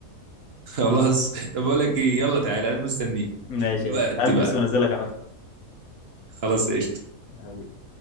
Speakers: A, on the right (about 55°); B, on the left (about 80°).
A: <laughs> خلاص طب بقول لك ايه يلا تعالى انا مستنيك
B: ماشي
A: دلوقتي
B: يا باشا هلبس
A: بقى
B: وانزلك على طول
A: خلاص قشطه
B: حبيبي